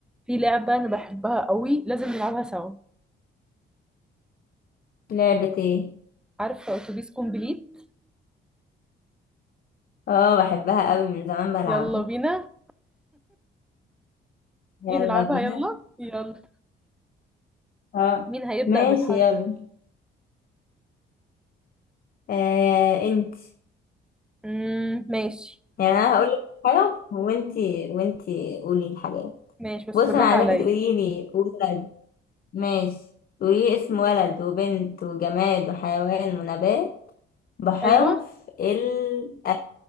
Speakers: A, in the centre; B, on the left.
A: في لعبة أنا بحبها قوي لازم نلعبها سوا
B: لعبة ايه
A: عارفة أتوبيس كومبليت
B: اه بحبها قوي من زمان بلعبها
A: يلا بينا
B: يلا
A: نيجي نلعبها
B: بينا
A: يلا يلا
B: اه
A: مين هيبدأ
B: ماشي
A: بالحرف
B: يلا آه انت
A: مم. ماشي
B: يعني انا هقول لك حاجة وانت وانت قولي الحاجات
A: ماشي بس
B: بص
A: بالراحة
B: انا عايزاكي
A: عليا
B: تقولي لي ولد ماشي تقولي لي اسم ولد وبنت وجماد وحيوان ونبات بحرف
A: أيوة
B: ال أ.